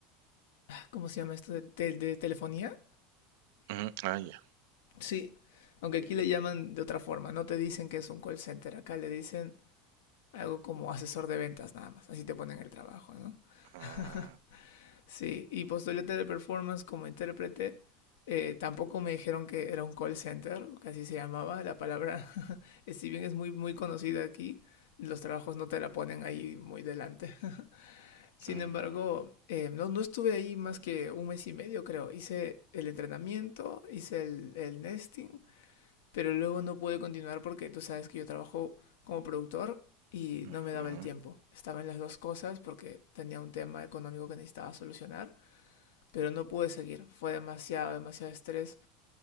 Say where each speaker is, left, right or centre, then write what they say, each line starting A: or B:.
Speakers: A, on the left (about 85°); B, on the right (about 75°).
A: ¿cómo se llama esto? ¿De, de- de telefonía?
B: Ujú, Ah, ya.
A: Sí, aunque aquí le llaman de otra forma, no te dicen que es un call center, acá le dicen algo como asesor de ventas nada más, así te ponen el trabajo, ¿no?
B: Ah,
A: <laughs> Sí, y postulé teleperformance como intérprete. Eh, tampoco me dijeron que era un call center, que así se llamaba la palabra. <laughs> Eh, si bien es muy, muy conocida aquí, los trabajos no te la ponen ahí muy delante. <laughs> Sin
B: mm,
A: embargo, eh, no, no estuve ahí más que un mes y medio, creo. Hice el entrenamiento, hice el, el nesting, pero luego no pude continuar porque tú sabes que yo trabajo como productor y
B: ujú,
A: no me daba el tiempo. Estaba en las dos cosas porque tenía un tema económico que necesitaba solucionar pero no pude seguir. Fue demasiado, demasiado estrés